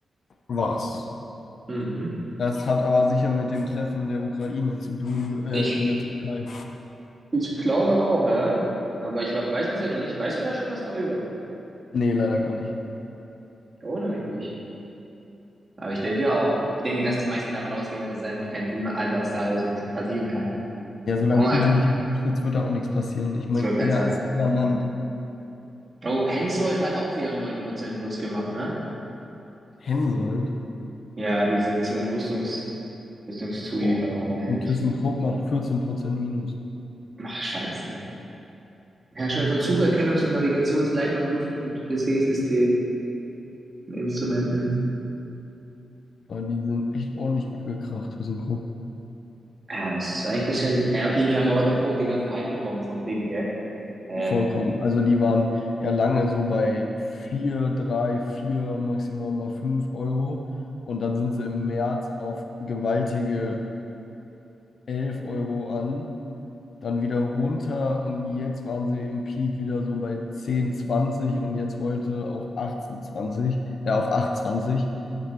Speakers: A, on the left; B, on the right.
A: war's.
B: Mhm.
A: Das hat aber sicher mit dem Treffen der Ukraine zu tun, äh,
B: Ich,
A: in der Türkei.
B: ich glaube auch, ja. Aber ich we- weiß bisher noch nicht. Weißt du da schon was darüber?
A: Nee, leider gar nicht.
B: Ich erinnere mich nicht. Aber ich denke ja auch. Ich denke, dass die meisten davon ausgehen, dass es einfach keinen Sinn mehr, also dass daraus nichts passieren kann.
A: Ja, solange
B: Guck mal,
A: Putin nicht im Amt sitzt, wird da auch nichts passieren. Ich meine,
B: ich wollte gerade
A: er
B: sagen.
A: ist der Mann.
B: Oh, Hensoldt hat auch wieder 9% plus gemacht, ne?
A: Hensoldt,
B: Ja, diese so ein Rüstungs. Rüstungszulieferer
A: boah.
B: mäßig.
A: Und ThyssenKrupp macht 14% Minus.
B: Ach, scheiße. Hersteller von Sucherkennungs- und Navigationsleit- und Luft- und äh, Seesystemen und Instrumenten.
A: Aber die sind echt ordentlich abgekracht für so
B: Ja, das ist eigentlich ein bisschen. Ja, okay, die haben aber davor auch den ganzen Hype bekommen vom Ding, gell? Äh,
A: Vollkommen.
B: und-
A: Also die waren ja lange so bei 4, 3, 4 maximal mal 5 Euro. Und dann sind sie im März auf gewaltige 11 Euro an. Dann wieder runter und jetzt waren sie im Peak wieder so bei 10, 20 und jetzt heute auf 18, 20 äh, auf 8, zwanzig